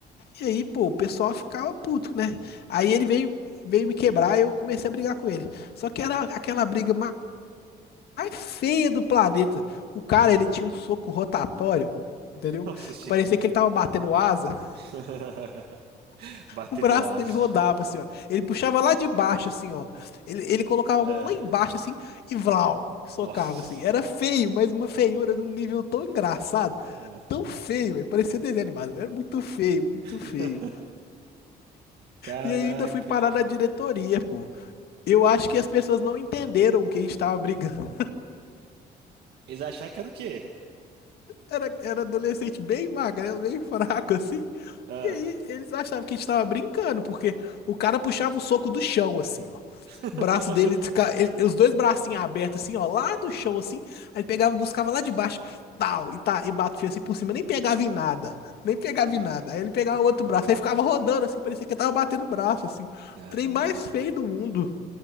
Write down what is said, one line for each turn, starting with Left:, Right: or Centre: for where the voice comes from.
Left: E aí, pô, o pessoal ficava puto, né? Aí ele veio, veio me quebrar e eu comecei a brigar com ele. Só que era aquela briga ma- mais feia do planeta. O cara, ele tinha um soco rotatório, entendeu?
Right: Nossa senhora.
Left: Que parecia que ele tava batendo asa.
Right: <laughs> Bater
Left: O braço
Right: no asa.
Left: dele rodava, assim, ó. Ele puxava lá de baixo, assim, ó. Ele, ele colocava
Right: Ah,
Left: a mão lá embaixo, assim, e vlau, socava,
Right: nossa.
Left: assim. Era feio, mas uma feiura de um nível tão engraçado,
Right: Ah,
Left: tão feio, velho. Parecia desenho animado. Era muito feio, muito
Right: <laughs>
Left: feio.
Right: caraca.
Left: E aí ainda fui parar na diretoria, pô. Eu acho que as pessoas não entenderam que a gente tava brigando.
Right: Eles acharam que era o quê?
Left: era, era adolescente bem magrelo, bem <laughs> fraco, assim.
Right: Ah.
Left: E aí eles achavam que a gente tava brincando, porque o cara puxava o soco do chão, assim, ó.
Right: <laughs>
Left: O braço dele, fica- ele- os dois bracinhos abertos, assim, ó, lá do
Right: Hum.
Left: chão, assim. Aí ele pegava, buscava lá de baixo, tal, e, tá, e batia assim por cima,
Right: Ah,
Left: nem pegava em nada. Nem pegava
Right: cara,
Left: em nada. Aí ele pegava o outro braço, aí ficava rodando, assim, parecia que ele tava batendo o braço, assim. O
Right: caraca.
Left: trem mais feio do mundo.